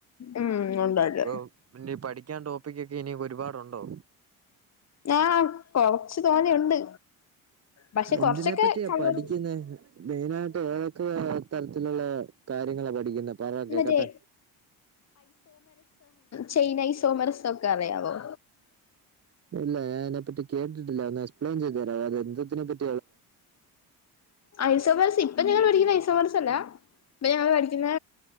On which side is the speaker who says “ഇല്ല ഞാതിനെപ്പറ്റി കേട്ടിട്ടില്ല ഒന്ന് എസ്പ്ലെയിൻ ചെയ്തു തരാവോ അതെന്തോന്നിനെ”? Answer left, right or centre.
Right